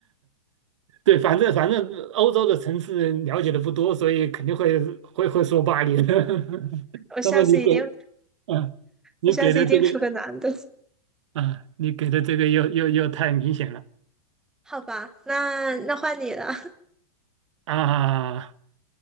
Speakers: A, on the right; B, in the centre.
A: 对，反正反正欧洲的城市了解的不多，所以肯定会会会说巴黎的。<laughs>
B: 我下次一定，
A: 那么你给，嗯，你给的这个，
B: 我下次一定出个男的。
A: 啊，你给的这个又又又太明显了
B: 好吧，那那换你了。
A: 啊！